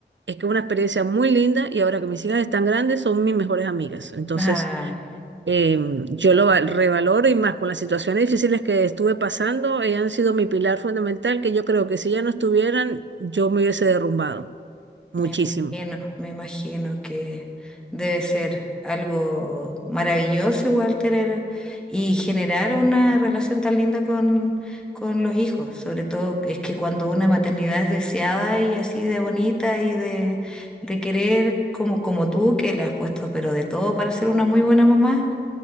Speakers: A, on the right; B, in the centre.
A: es que es una experiencia muy linda y ahora que mis hijas están grandes son mis mejores amigas. Entonces,
B: Ah.
A: eh, yo lo val- revaloro y más con las situaciones difíciles que estuve pasando, ellas han sido mi pilar fundamental que yo creo que si ya no estuvieran, yo me hubiese derrumbado muchísimo.
B: Me imagino, me imagino que debe ser algo maravilloso igual tener y generar una relación tan linda con, con los hijos. Sobre todo es que cuando una maternidad es deseada y así de bonita y de, de querer como, como tú, que le has puesto pero de todo para ser una muy buena mamá.